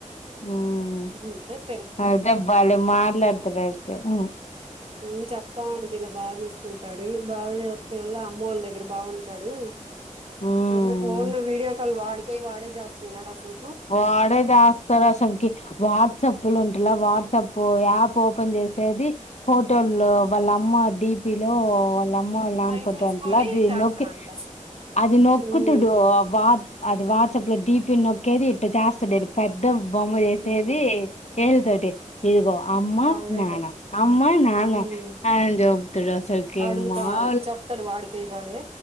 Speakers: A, on the left; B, on the right.
A: హ్మ్.
B: ఊ తెర్
A: అదే భలే మాట్లాడ్తడ్ అయితే ఊ
B: ఊ చెప్తా అండి దిల్ల బాగా జూసుకుంటడు, బాగా పిల్ల అమ్మోళ్ దగ్గర బాగుంటాడు.
A: హ్మ్.
B: అసలు ఫోన్లు వీడియో కాల్ వాడికై వాడే జేస్తున్నాడు అసలు
A: వాడే జేస్తాడు అసల్కి వాట్సాపుల్ ఉంటలా వాట్సాప్ పో యాప్ ఓపెన్ చేసేది ఫోటోల్లో వాళ్ళ అమ్మ డీ పి లో వాళ్ళ అమ్మ లాన్
B: అవి
A: ఫోటో
B: చూసుకొని
A: అంట్లా
B: చేస్తాడంట
A: నొక్కి అది నొక్కుతుడు
B: ఉమ్
A: వా అది వాట్ ప్పుడు డీపి నొక్కేది ఇట్ట చేస్తుండేది పెద్ద బొమ్మ చేసేది
B: ఉమ్
A: ఏలితోటి ఇదిగో అమ్మా
B: అవునేగా
A: నానా అమ్మా నానా
B: ఉమ్
A: అని జెప్తడు అసలికి
B: అడుగుతా
A: అమ్మా
B: చెప్తాడు వాడికై వాడే